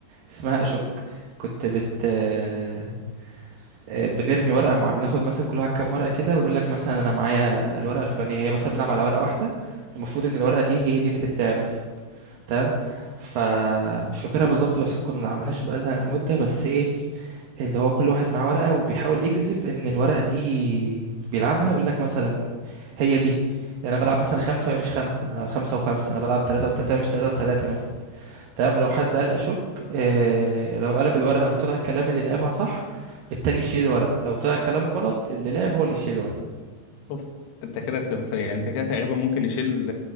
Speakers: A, on the right; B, on the left.
A: اسمها أشك كنت بت آه، آه، بنرمي ورقة معينة بناخد مثلا كل واحد كام ورقة كده ويقول لك مثلا أنا معايا الورقة الفلانية هي مثلا بنلعب على ورقة واحدة المفروض إن الورقة دي هي دي اللي تتلعب مثلا تمام فمش فاكرها بالظبط بس ممكن ما نلعبهاش بقالها مدة بس إيه اللي هو كل واحد معاه ورقة وبيحاول يجذب ان الورقة دي بيلعبها يقول لك مثلا هي دي انا بلعب مثلا خمسة وهي مش خمسة انا خمسة وخمسة انا بلعب ثلاثة وثلاثة وهي مش ثلاثة وثلاثة مثلا تمام ولو حد قال اشك آه لو قلب الورقة وطلع الكلام اللي لعبها صح التاني يشيل الورقة لو طلع كلامه غلط اللي لعب هو اللي يشيل الورقة
B: أوف. انت كده بتبقى- يعني انت كده تقريبا ممكن يشيل